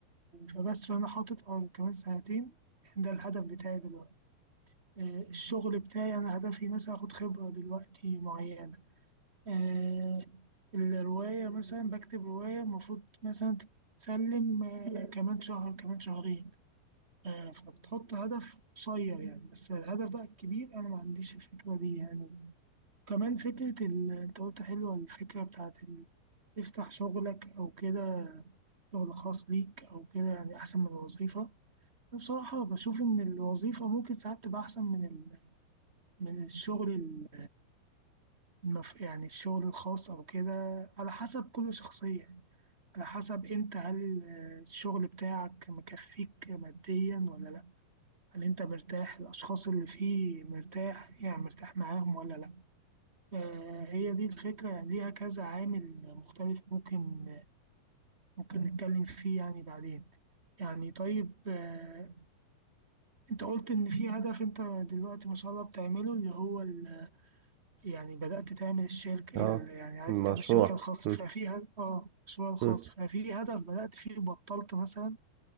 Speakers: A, on the right (about 50°); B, on the right (about 75°).
A: فبس فأنا حاطط اه كمان سنتين يعني ده الهدف بتاعي دلوقتي آه، الشغل بتاعي أنا هدفي مثلا أخد خبرة دلوقتي معينة آه، الرواية مثلا بكتب رواية المفروض مثلا تتسلم آه، كمان شهر كمان شهرين آه، فبتحط هدف قصير يعني بس الهدف بقى الكبير أنا ما عنديش الفكرة دي يعني كمان فكرة ال... أنت قلت حلوة الفكرة بتاعت ال... تفتح شغلك أو كده شغل خاص ليك أو كده يعني أحسن من الوظيفة بصراحة بشوف إن الوظيفة ممكن ساعات تبقى أحسن من ال... من الشغل ال- المف... يعني الشغل الخاص أو كده على حسب كل شخصية على حسب أنت هل الشغل بتاعك مكفيك ماديا ولا لأ هل أنت مرتاح الأشخاص اللي فيه مرتاح يعني مرتاح معاهم ولا لأ آه، هي دي الفكرة يعني ليها كذا عامل مختلف ممكن ممكن نتكلم فيه يعني بعدين يعني طيب آه، انت قلت ان في هدف انت دلوقتي ما شاء الله بتعمله اللي هو ال... يعني بدأت تعمل الشركة
B: أه
A: ال... يعني عايز
B: مشروع
A: تعمل الشركة الخاصة
B: م-
A: ففي هدف اه المشروع الخاص
B: م.
A: ففي هدف بدأت فيه وبطلت مثلا